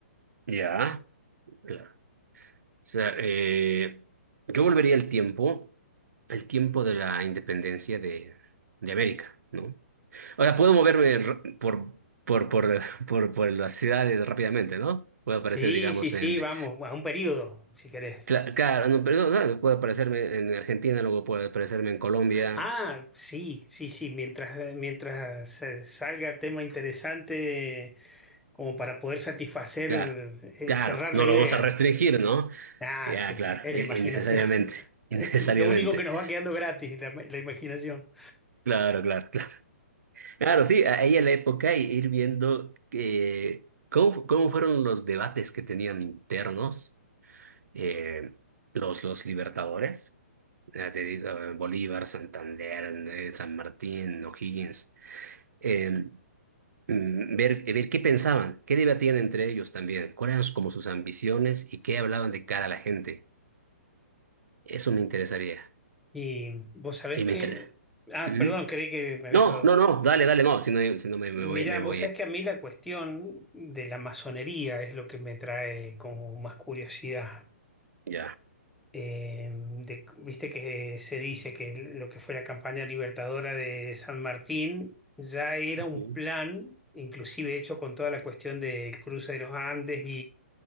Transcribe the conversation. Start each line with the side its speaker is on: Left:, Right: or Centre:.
Right: Ya, claro. O sea, eh, yo volvería al tiempo, al tiempo de la independencia de, de América, ¿no? O sea, puedo moverme r- por, por, por, <laughs> por, por las ciudades rápidamente, ¿no? Puedo aparecer,
Centre: Sí,
Right: digamos,
Centre: sí, sí,
Right: en...
Centre: vamos, a un periodo, si querés.
Right: cla- Claro, no, perdón, claro, puedo aparecerme en Argentina, luego puedo aparecerme en Colombia,
Centre: Ah, sí, sí, sí, mientras, mientras eh, salga tema interesante, como para poder satisfacer
Right: Claro,
Centre: eh,
Right: claro,
Centre: y cerrar
Right: no
Centre: la idea.
Right: lo vamos a restringir, ¿no?
Centre: Ah,
Right: Ya,
Centre: sí,
Right: claro,
Centre: es
Right: i-
Centre: la imaginación.
Right: innecesariamente,
Centre: <laughs>
Right: <laughs> innecesariamente.
Centre: Eh, eh, Lo único que nos va quedando gratis, la, la imaginación.
Right: Claro, claro, claro. Claro, sí, a ella la época y ir viendo que, cómo, fu- cómo fueron los debates que tenían internos eh, los, los libertadores, ya te digo, eh, Bolívar, Santander, eh, San Martín, O'Higgins, eh, mm, ver, ver qué pensaban, qué debatían entre ellos también, cuáles eran como sus ambiciones y qué hablaban de cara a la gente. Eso me interesaría.
Centre: Y vos sabés
Right: Y
Centre: que...
Right: me interesa.
Centre: Ah,
Right: Ujú.
Centre: perdón, creí que me habías
Right: No,
Centre: dado.
Right: no, no, dale, dale, no. Si no, si no me, me
Centre: Mirá,
Right: voy, me
Centre: vos
Right: voy.
Centre: sabés
Right: eh,
Centre: que a mí la cuestión de la masonería es lo que me trae como más curiosidad.
Right: Ya.
Centre: Eh, de- viste que se dice que lo que fue la campaña libertadora de San Martín ya era
Right: Ujú.
Centre: un plan, inclusive hecho con toda la cuestión del cruce de los Andes